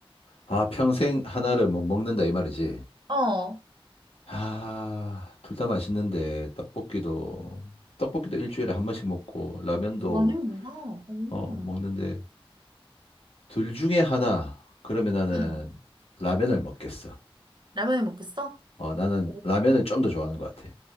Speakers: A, on the left (about 90°); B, on the right (about 50°).
A: 아, 평생 하나를 못 먹는다 이 말이지.
B: 어,
A: 아, 둘 다 맛있는데 떡볶이도 떡볶이도 일주일에 한 번씩 먹고 라면도
B: 많이 먹나? 오.
A: 어 먹는데 둘 중에 하나 그러면 나는
B: 응,
A: 라면을 먹겠어.
B: 라면을 먹겠어?
A: 어 나는
B: 어,
A: 라면을 좀 더 좋아하는 것 같아.